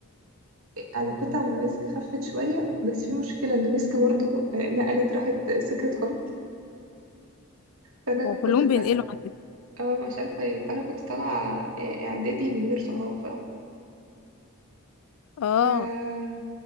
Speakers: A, on the right; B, on the left.
A: علاقتها مع مسك خفت شوية بس في مشكلة ان مسك برضو آه، نقلت راحت سكرة هارت فانا
B: هو كلهم
A: كنت طالعة
B: بينقلوا عندي
A: اه مش عارفة ايه فانا كنت طالعة آه، اعدادي من غير صحاب
B: اه
A: فاهمة